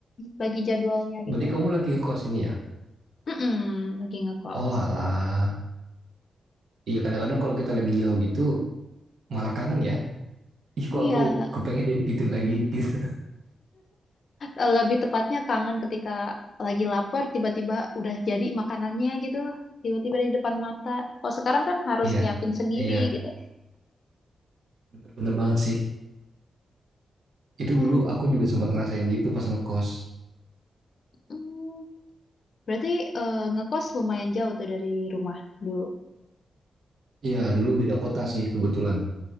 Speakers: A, on the left; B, on the right.
A: bagi jadwalnya
B: berarti
A: gitu.
B: kamu lagi ngekos ini ya?
A: Mm-mm, lagi ngekos.
B: Oh alah. Iya kadang-kadang kalau kita lagi jauh gitu malah kangen ya. Ih kok
A: Iya,
B: aku kepengen dia gitu lagi gitu.
A: eh, lebih tepatnya kangen ketika lagi lapar tiba-tiba udah jadi makanannya gitu, tiba-tiba di depan mata. Kalau sekarang kan harus
B: <laughs> iya,
A: nyiapin sendiri
B: iya.
A: gitu.
B: Bener-bener banget sih. Itu
A: Oh,
B: dulu aku juga sempat ngerasain gitu pas ngekos.
A: mm, berarti eh, ngekos lumayan jauh tuh dari rumah dulu.
B: Iya dulu beda kota sih kebetulan.